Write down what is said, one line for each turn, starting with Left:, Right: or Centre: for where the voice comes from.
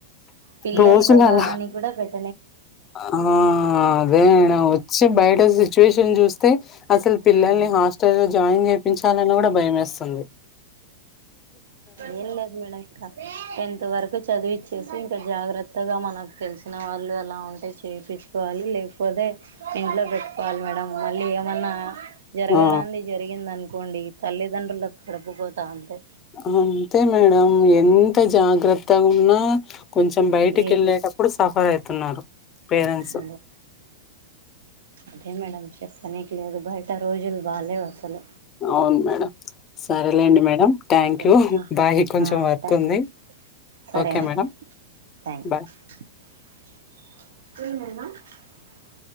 Right: పిల్లలు
Left: రోజులు
Right: కదా
Left: అలా
Right: అని కూడా పెట్ట
Left: ఆ అదే మేడం వచ్చి బయట సిచ్యువేషన్ చూస్తెతే అసలు
Right: మేడం
Left: పిల్లల్ని హాస్టల్లో జాయిన్ చేపించాలనా కూడా భయమేస్తంది
Right: ఏం లేదు మేడం ఇంకా టెన్త్ వరకు చదివిచ్చి వచ్చేసి ఇంకా జాగ్రత్తగా మనకు తెలిసిన వాళ్ళు అలా ఉంటే చేపిచుకోవాలి లేకపోతే ఇంట్లో పెట్టుకోవాలి మేడం మళ్ళీ ఏమన్నా జరగరాంది
Left: ఆ
Right: జరిగింది అనుకోండి తల్లిదండ్రులకు కడుపుకోతా అంతే
Left: అంతే మేడం ఎంత జాగ్రత్త ఉన్నా కొంచెం బయటికి
Right: ఏదో
Left: ఎళ్ళేటప్పుడు సఫర్ అయితున్నారు పేరెంట్సు
Right: అదే అదే మేడం చెప్పనే లేదు బయట రోజులు బాగాలేేవు అసలు
Left: అవును మేడం సరేలేండి మేడం థ్యాంక్
Right: సరే
Left: యూ
Right: ఆ
Left: బాయి కొంచెం వర్క్
Right: ఉంటాను
Left: ఉంది
Right: మేడం సరే
Left: okay
Right: madam
Left: madam
Right: thank you
Left: bye
Right: <unintelligible>